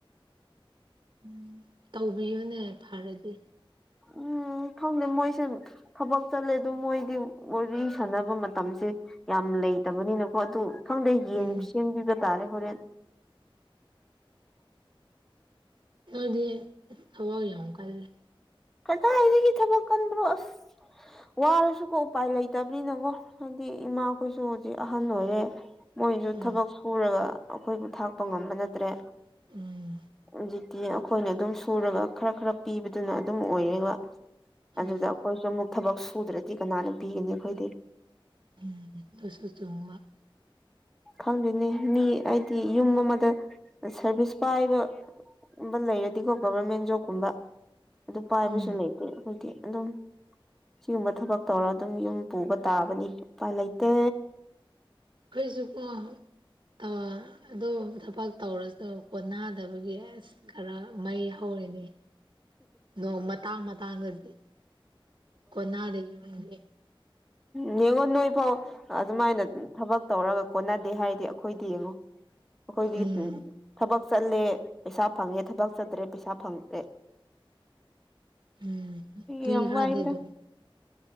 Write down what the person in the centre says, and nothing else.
ꯎꯝ ꯈꯪꯗꯦ ꯃꯣꯏꯁꯨ ꯊꯕꯛ ꯆꯠꯂꯦ ꯑꯗꯨ ꯃꯣꯏꯗꯤ ꯋꯥꯔꯤ ꯁꯥꯟꯅꯕ ꯃꯇꯝꯁꯦ ꯌꯥꯝ ꯂꯩꯇꯕꯅꯤꯅꯀꯣ ꯑꯗꯨ ꯈꯪꯗꯦ
ꯁꯦꯝꯕꯤꯕ ꯇꯥꯔꯦ ꯍꯣꯔꯦꯟ
ꯀꯗꯥꯏꯗꯒꯤ ꯊꯕꯛ ꯀꯟꯕ꯭ꯔꯣ ꯑꯁ ꯋꯥꯔꯁꯨꯀꯣ ꯎꯄꯥꯏ ꯂꯩꯇꯕꯅꯤꯅꯕꯣ ꯍꯥꯏꯗꯤ ꯏꯃꯥꯈꯣꯏꯁꯨ ꯍꯧꯖꯤꯛ ꯑꯍꯟ ꯑꯣꯏꯔꯦ ꯃꯣꯏꯁꯨ
ꯊꯕꯛ ꯁꯨꯔꯒ ꯑꯩꯈꯣꯏꯕꯨ ꯊꯥꯛꯄ ꯉꯝꯕ ꯅꯠꯇ꯭ꯔꯦ
ꯍꯧꯖꯤꯛꯇꯤ ꯑꯩꯈꯣꯏꯅ ꯑꯗꯨꯝ ꯁꯨꯔꯒ ꯈꯔ ꯈꯔ ꯄꯤꯕꯗꯨꯅ ꯑꯗꯨꯝ ꯑꯣꯏꯔꯦꯕ
ꯑꯗꯨꯗ ꯑꯩꯈꯣꯏꯁꯨ ꯑꯃꯨꯛ ꯊꯕꯛ ꯁꯨꯗ꯭ꯔꯗꯤ ꯀꯅꯥꯅ ꯄꯤꯒꯅꯤ ꯑꯩꯈꯣꯏꯗꯤ
ꯈꯪꯗꯣꯏꯅꯦ ꯃꯤ ꯍꯥꯏꯗꯤ ꯌꯨꯝ ꯑꯃꯗ ꯁꯔꯚꯤꯁ ꯄꯥꯏꯕ ꯕ ꯂꯩꯔꯗꯤꯀꯣ ꯒꯣꯕꯔꯃꯦꯟ ꯖꯣꯕꯀꯨꯝꯕ ꯑꯗꯨ ꯄꯥꯏꯕꯁꯨ
ꯂꯩꯇꯦ ꯑꯩꯈꯣꯏꯗꯤ ꯑꯗꯨꯝ ꯁꯤꯒꯨꯝꯕ ꯊꯕꯛ ꯇꯧꯔꯒ ꯑꯗꯨꯝ ꯌꯨꯝ ꯄꯨꯕ ꯇꯥꯕꯅꯤ ꯎꯄꯥꯏ ꯂꯩꯇꯦ
ꯅꯦꯡꯉꯣ ꯅꯣꯏ ꯐꯥꯎ ꯑꯗꯨꯃꯥꯏꯅ ꯊꯕꯛ ꯇꯧꯔꯒ ꯀꯣꯟꯅꯗꯦ ꯍꯥꯏꯔꯗꯤ ꯑꯩꯈꯣꯏꯗꯤ ꯌꯦꯡꯉꯨ ꯑꯩꯈꯣꯏꯗꯤ
ꯊꯕꯛ ꯆꯠꯂꯦ ꯄꯩꯁꯥ ꯐꯪꯉꯦ ꯊꯕꯛ ꯆꯠꯇ꯭ꯔꯦ ꯄꯩꯁꯥ ꯐꯪꯇꯦ
ꯌꯥꯝ
ꯋꯥꯏꯗ